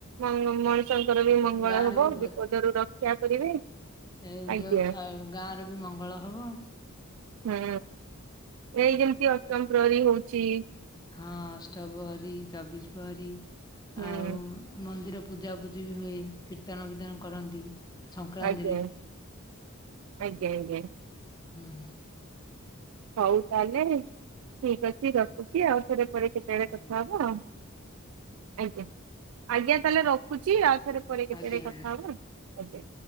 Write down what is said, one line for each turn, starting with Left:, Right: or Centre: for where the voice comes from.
Right: ମଣି -ମଣି ଷଙ୍କର ବି ମଙ୍ଗଳ
Left: ଗାଁ
Right: ହବ
Left: ରେ ବି
Right: ବିପଦରୁୁ ରକ୍ଷା କରିବେ।
Left: ଏଁ-
Right: ଆଜ୍ଞା
Left: ଯଉ-ଠା ଗାଁରେ ବି ମଙ୍ଗଳ ହବ।
Right: ହୁଁ ଏଇ ଯେମିତି ଅଷ୍ଟମ୍ ପ୍ରହରୀ ହଉଚି
Left: ହଁ ଅଷ୍ଟପହରୀ ଚବିଶ୍ ପହରୀ
Right: ହୁଁ
Left: ଆଉ ମନ୍ଦିର ପୂଜାପୂଜି ବି ହୁଏ କୀର୍ତ୍ତନ ବିର୍ତ୍ତନ କରନ୍ତି। ସଂକ୍ରାନ୍ତିରେ
Right: ଆଜ୍ଞା
Left: -ହୁଁ।
Right: ଆଜ୍ଞା ଆଜ୍ଞା। ହଉ ତାହେଲେ ଠିକ୍ ଅଛି ରଖୁଚି ଆଉଥରେ ପରେ କେତେବେଳେ
Left: ଆଉ
Right: କଥା ହବା ଆଉ ଆଜ୍ଞା- ଆଜ୍ଞା ତାହଲେ ରଖୁଚି ଆଉ ଥରେ ପରେ କେତେବେଳେ
Left: ଆଜ୍ଞା ଆଜ୍ଞା।
Right: କଥା ହବା ଆଜ୍ଞା।